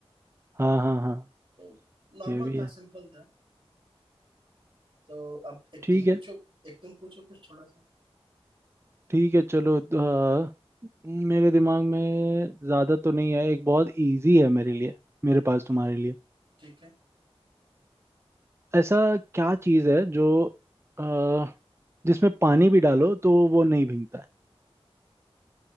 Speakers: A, on the right (about 25°); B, on the right (about 55°).
A: हाँ हाँ हाँ
B: तो नॉर्मल
A: ये भी
B: था
A: है
B: सिंपल था तो अब एक
A: ठीक
B: तुम
A: है
B: पूछो एक तुम पूछो कुछ थोड़ा सा
A: ठीक है चलो तो, अ, मेरे दिमाग में ज्यादा तो नहीं है एक बहुत इजी है मेरे लिए मेरे पास तुम्हारे लिए
B: ठीक है
A: ऐसा क्या चीज है जो अ, जिसमें पानी भी डालो तो वो नहीं भीगता है